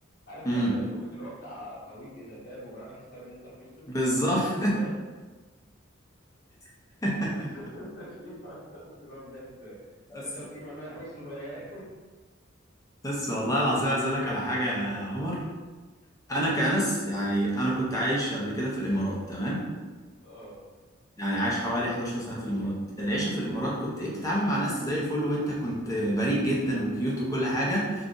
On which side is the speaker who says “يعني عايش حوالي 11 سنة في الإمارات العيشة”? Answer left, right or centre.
Left